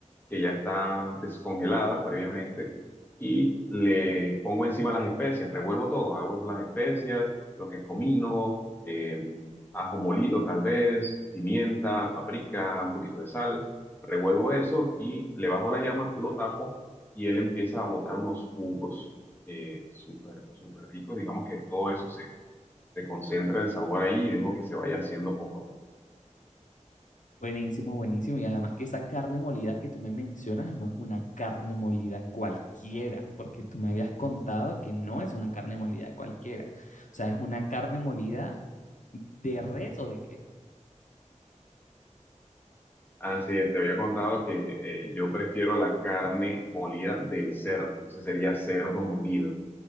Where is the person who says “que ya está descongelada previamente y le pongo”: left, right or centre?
Left